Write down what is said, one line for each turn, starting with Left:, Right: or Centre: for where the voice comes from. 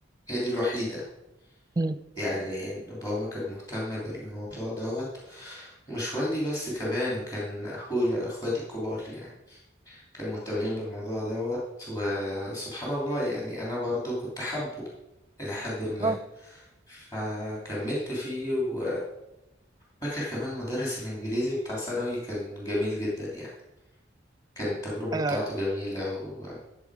Left: هي دي الوحيدة
Right: مم.
Left: يعني إن بابا كان مهتم بالموضوع دوت ومش والدي بس كمان كان أخويا أخواتي الكبار يعني كانوا مهتمين بالموضوع دوت وسبحان الله يعني أنا برضو كنت حابه إلى حد ما
Right: اه
Left: فكملت فيه و- فاكر كمان مدرس الإنجليزي بتاع ثانوي كان جميل جدا يعني كانت التجربة
Right: آه.
Left: بتاعته جميلة و,